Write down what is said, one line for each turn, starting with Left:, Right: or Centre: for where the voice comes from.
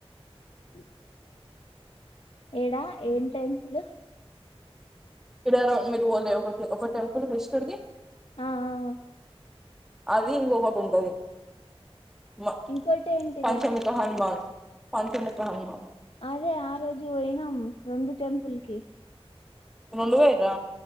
Left: <inaudible> ఏడా ఏం టెంపులు
Centre: ఇడాడో మీరు పోతరా ఒక ఒక టెంపుల్ కృష్ణుడిది
Left: ఆ ఆ ఆ
Centre: అది ఇంకొకటి ఉంటది మ
Left: ఇంకోటి ఏంటిదే
Centre: పంచముఖ జ హనుమాన్ పంచముఖ హనుమాన్
Left: అదే ఆ రోజు పోయ్నాం రెండు టెంపుల్ కి
Centre: రెండు పోయిడ్రా